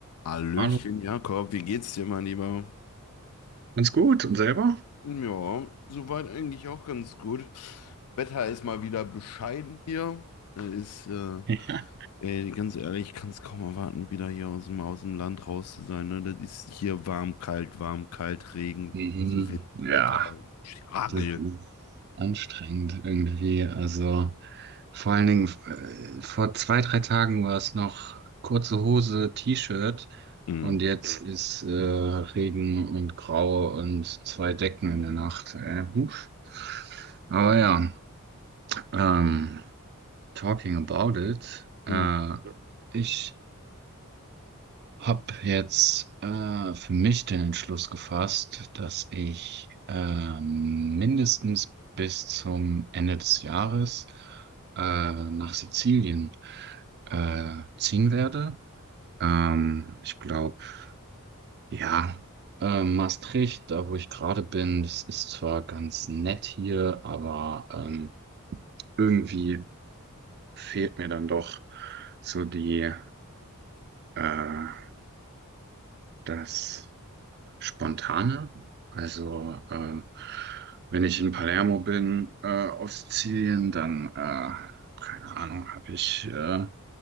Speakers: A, on the left (about 80°); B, on the right (about 45°).
A: Hallöchen,
B: Hallo,
A: Jakob, wie geht's dir, mein Lieber?
B: ganz gut. Und selber? <laughs>
A: Ja, soweit eigentlich auch ganz gut. Wetter ist mal wieder bescheiden hier. Äh, Ist, äh,
B: Ja.
A: ey, ganz ehrlich, ich kann es kaum erwarten, wieder hier aus dem, aus dem Land raus zu sein. Ne? Das ist hier warm, kalt, warm, kalt, Regen,
B: Mhm.
A: Wind,
B: Ja,
A: Wetter, Hagel.
B: das ist anstrengend irgendwie. Also vor allen Dingen äh, vor zwei, drei Tagen war es noch kurze Hose, T-Shirt
A: Mhm.
B: und jetzt ist äh, Regen und Grau und zwei Decken in der Nacht. Äh, huf. Aber ja, ähm, talking about it. Äh,
A: Mhm.
B: ich Hab jetzt äh, für mich den Entschluss gefasst, dass ich äh, mindestens bis zum Ende des Jahres äh, nach Sizilien äh, ziehen werde. Ähm, ich glaube, ja, äh, Maastricht, da wo ich gerade bin, das ist zwar ganz nett hier, aber ähm, irgendwie fehlt mir dann doch so die, äh, das. spontane. Also ähm, wenn ich in Palermo bin, äh, auf Sizilien, dann, äh, keine Ahnung, habe ich äh,